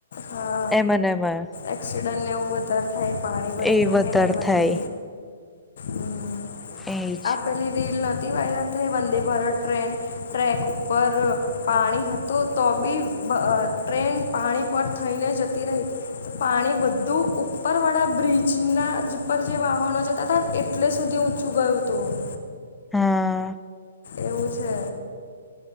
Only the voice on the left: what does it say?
હા
એક્સિડન્ટને એવું વધારે થાય પાણી ભરેલું
હોય ને એમાંથી
હમ <inaudible>
આ પેલી રીલ નહોતી વાયરલ થઈ વંદે ભારત ટ્રેન ટ્રેક ઉપર પાણી હતું તો બી બ ટ્રેન પાણી પર થઈને જતી રહી. પાણી બધું ઉપર વાળા બ્રિજના ના જે ઉપર વાહનો જતા હતા ને એટલે સુધી ઊંચું ગયું હતું.
એવું છે